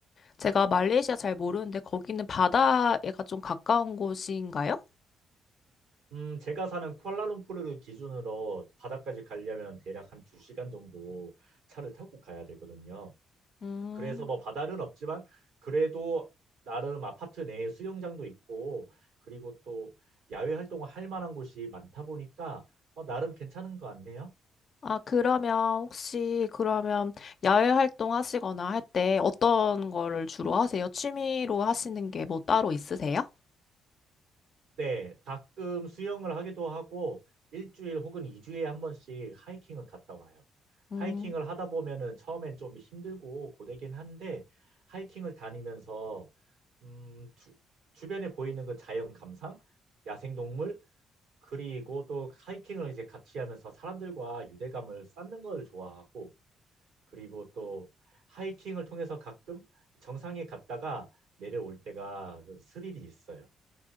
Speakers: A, on the left; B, on the right.
A: 제가 말레이시아 잘 모르는데 거기는 바다에가 좀 가까운 곳인가요?
B: 음, 제가 사는 쿠알라룸푸르를 기준으로 바다까지 가려면 대략 한 2시간 정도 차를 타고 가야 되거든요.
A: 음.
B: 그래서 뭐 바다는 없지만 그래도 나름 아파트 내에 수영장도 있고 그리고 또 야외 활동을 할 만한 곳이 많다 보니까 어, 나름 괜찮은 것 같네요.
A: 아, 그러면 혹시 그러면 야외 활동 하시거나 할 때 어떤 거를 주로 하세요? 취미로 하시는 게 뭐 따로 있으세요?
B: 네, 가끔 수영을 하기도 하고 일주일 혹은 이주에한 번씩 하이킹을 갔다 와요.
A: 음.
B: 하이킹을 하다 보면은 처음엔 좀 힘들고 고되긴 한데 하이킹을 다니면서 음, 주, 주변에 보이는 그 자연 감상, 야생동물, 그리고 또 하이킹을 이제 같이 하면서 사람들과 유대감을 쌓는 걸 좋아하고 그리고 또 하이킹을 통해서 가끔 정상에 갔다가 내려올 때가 그 스릴이 있어요.